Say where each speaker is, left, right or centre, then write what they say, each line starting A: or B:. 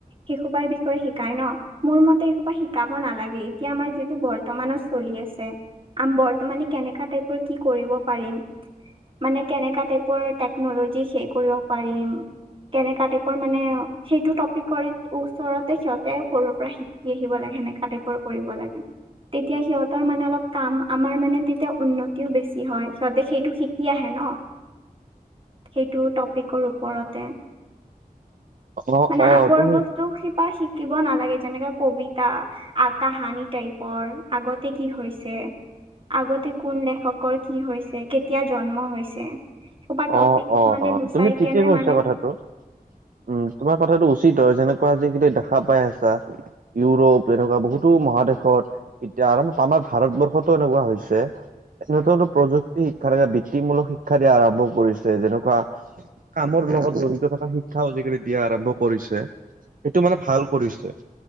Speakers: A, on the right; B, on the right.
A: শিশোপাৰ বিষয়ে শিকাই ন মোৰ মতে এশোপা শিকাব নালাগে এতিয়া আমাৰ যিটো ব। বৰ্তমানত চলি আছে আম বৰ্তমানে কেনেকা টাইপৰ কি কৰিব পাৰিম। মানে কেনেককা টাইপৰ টেকনলজি সে কৰিব পাৰিম। কেনে টাইপৰ মানে। সেইটো টপিক ওচৰতে সিহঁতে সৰুৰ পৰা শিকি আহিব লাগে সেনেকাা টাইপৰ কৰিব লাগে। তেতিয়া সিহঁতৰ মানে অলপ কাম আমাৰ মানে তেতিয়া উন্নতিও বেছি হয় সিহঁতে সেইটো শিকি আহে ন। সেইটো টপিকৰ ওপৰতে-।
B: অ
A: মানে
B: অ,
A: আগৰ
B: তুমি
A: বস্তু শিপা শ। শিকিব নালাগে যেনেকা কবিতা কাহানি টাইপৰ আগতে কি হৈছে। আগতে কোন লেখকৰ কি হৈছে কেতিয়া জন্ম হৈছে। সোপা টপিক
B: অ অ
A: মানে গুচাই
B: তুমি ঠিকে
A: কেনে
B: কৈছা
A: মানে
B: কথাটো। উম তোমাৰ কথাটো উচিত হয় যেনেকুৱা যি কিু দেখা পাই আছা। ইউৰোপ এনেকুৱা বহুতো মহাদেশত এতিয়া আমাৰ ভাৰতবৰ্ষতো এনেকুৱা হৈছে। নতুনত প্ৰযুক্তি শিক্ষা থকা বৃত্তিমূলক শিক্ষা দিয়া আৰম্ভ-। কৰিছে যেনেকুৱা কামৰ লগত জড়িত থকা শিক্ষাও আজিকালি দিয়া আৰম্ভ কৰিছে। সেইটো মানে ভাল কৰিছে।